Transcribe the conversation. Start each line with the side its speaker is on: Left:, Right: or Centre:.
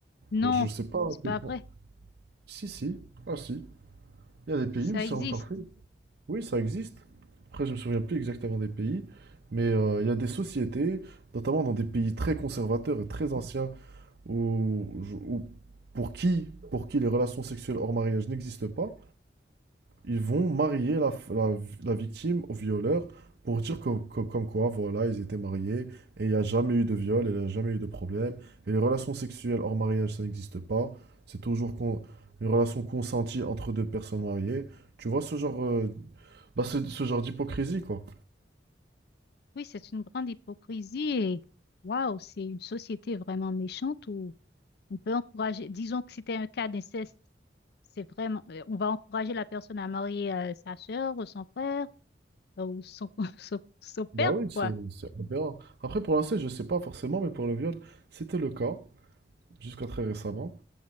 Left: Non,
Right: Genre, je sais pas
Left: c'est
Right: à
Left: pas
Right: quel point.
Left: vrai.
Right: Si, si. Ah, si. Il y a des pays
Left: Ça
Right: où c'est
Left: existe.
Right: encore fait. Oui, ça existe. Après, je me souviens plus exactement des pays. Mais euh, il y a des sociétés, notamment dans des pays très conservateurs et très anciens, où, où- pour qui, pour qui les relations sexuelles hors mariage n'existent pas, ils vont marier la, la la victime au violeur pour dire que que comme quoi, voilà, ils étaient mariés et il n'y a jamais eu de viol, et il n'y a jamais eu de problème. Et les relations sexuelles hors mariage, ça n'existe pas. C'est toujours con- une relation consentie entre deux personnes mariées. Tu vois ce genre, euh, bah, c'est ce genre d'hypocrisie, quoi.
Left: Oui, c'est une grande hypocrisie et waouh, c'est une société vraiment méchante où On peut encourager, disons que c'était un cas d'inceste, c'est vraiment, euh, on va encourager la personne à marier euh, sa sœur ou son frère euh, ou son, <laughs> son, son père,
Right: Bah oui, c'est
Left: quoi.
Right: c'est aberrant. Après, pour l'inceste, je sais pas forcément, mais pour le viol, c'était le cas, jusqu'à très récemment.